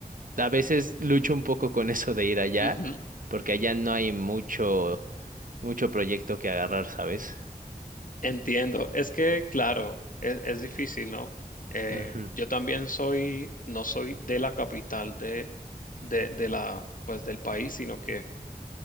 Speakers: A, on the right (about 60°); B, on the left (about 60°).
A: a veces lucho un poco con eso de ir allá,
B: Ujú.
A: porque allá no hay mucho, mucho proyecto que agarrar, ¿sabes?
B: Entiendo, es que claro, es, es difícil, ¿no? Eh,
A: Ujú,
B: yo también soy, no soy de la capital de, de, de la, pues del país, sino que